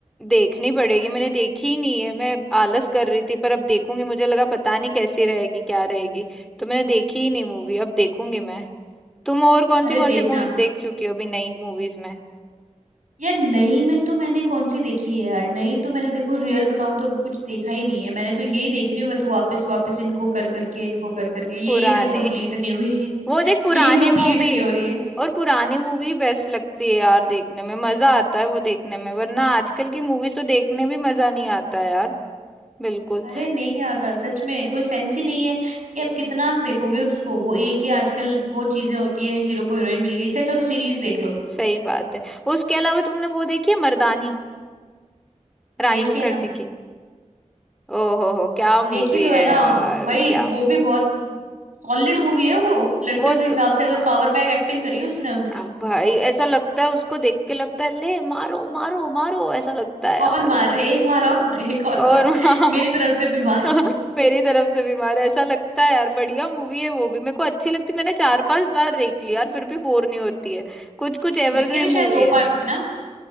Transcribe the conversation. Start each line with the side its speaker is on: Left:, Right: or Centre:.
Centre: देखनी पड़ेगी मैंने देखी ही नहीं है मैं आलस कर रही थी पर अब देखूंगी मुझे लगा पता नहीं कैसी रहेगी क्या रहेगी तो मैंने देखी ही नहीं मूवी अब देखूंगी मैं तुम और कौन
Right: अरे
Centre: सी कौन
Right: देखना
Centre: सी मूवीज देख चुकी हो अभी नई मूवीज में
Right: यार नई में तो मैंने कौन सी देखी है यार नई तो मैंने देखो रियल बताऊं तो अभी कुछ देखा ही नहीं है मैंने तो यही देख रही हूँ मैं तो वापस वापस इनको कर करके इनको कर करके यही
Centre: पुराने
Right: अभी तक कंप्लीट नहीं हुई
Centre: वो देख पुराने
Right: यही कंप्लीट
Centre: मूवी
Right: नहीं हो रही है
Centre: और पुरानी मूवी बेस्ट लगती है यार देखने में मजा आता है वो देखने में वरना आजकल की मूवीज तो देखने भी मजा नहीं आता है यार बिल्कुल
Right: अरे नहीं आता सच में कोई सेंस ही नहीं है कि आप कितना देखोगे उसको वो एक ही आजकल वो चीजें होती है हीरो को हीरोइन मिल गई इससे अच्छा तो सीरीज देख लो
Centre: सही बात है उसके अलावा तुमने वो देखी है मर्दानी रानी
Right: देखिए
Centre: मुखर्जी
Right: ना
Centre: की ओहो हो क्या मूवी
Right: देखी तो
Centre: है
Right: है ना
Centre: यार
Right: भाई
Centre: क्या
Right: वो भी बहुत सॉलिड मूवी है वो लड़कियों
Centre: वो
Right: के हिसाब
Centre: तो
Right: से अगर
Centre: आ-
Right: पावर बैक एक्टिंग करी उसने उसमें
Centre: आ- भाई ऐसा लगता है उसको देख के लगता है ले मारो मारो मारो ऐसा लगता है यार
Right: और मार एक मार
Centre: अ,
Right: और <laughs> एक और
Centre: और
Right: मार
Centre: वहाँ
Right: मेरी तरफ से भी मार
Centre: <laughs> मेरी तरफ से भी मारो ऐसा लगता है यार बढ़िया मूवी है वो भी मेरे को अच्छी लगती मैंने चार पांच बार देख ली यार फिर भी बोर नहीं होती है कुछ कुछ एवरग्रीन
Right: उसके भी शायद
Centre: मूवी
Right: दो
Centre: है
Right: पार्ट है ना